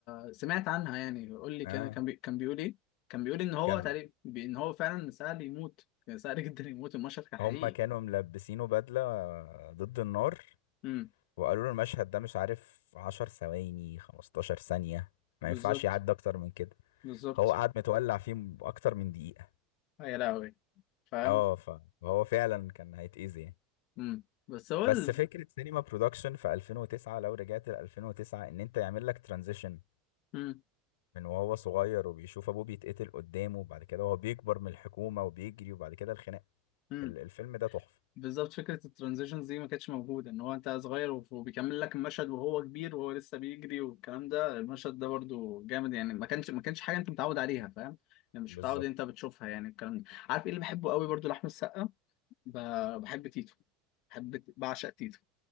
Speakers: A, on the left (about 45°); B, on the left (about 85°).
A: آه سمعت عنها يعني قول لي
B: اه
A: كان كان بي كان بيقول ايه كان بيقول ان هو
B: كان
A: تقريبا بي- ان هو فعلا سهل يموت كان سهل <laughs> جدا يموت المشهد كان
B: هما
A: حقيقي
B: كانوا ملبسينه بدلة آه، ضد النار
A: امم
B: وقالوا له المشهد ده مش عارف 10 ثواني 15 ثانية ما ينفعش
A: بالظبط
B: يعدي اكتر من كده
A: بالظبط
B: هو قعد متولع فيه م- اكتر من دقيقة
A: آه، يا لهوي فاهم
B: اه ف- فهو فعلا كان هيتأذي يعني
A: امم بس هو
B: بس
A: ال...
B: فكرة سينما برودكشن في 2009 لو رجعت ل 2009 ان انت يعمل لك ترانزيشن
A: امم
B: من وهو صغير وبيشوف ابوه بيتقتل قدامه وبعد كده وهو بيكبر من الحكومة وبيجري وبعد كده الخناقة
A: امم
B: ال- الفيلم ده تحفة
A: بالظبط فكرة الترانزيشنز دي ما كانتش موجودة ان هو انت صغير وف- وبيكمل لك المشهد وهو كبير وهو لسه بيجري والكلام ده المشهد ده برضو جامد يعني ما كانش ما كانش حاجة انت متعود عليها فاهم يعني مش
B: بالظبط
A: متعود انت بتشوفها يعني الكلام ده عارف ايه اللي بحبه قوي برضو لأحمد السقا ب- بحب تيتو بحب بعشق تيتو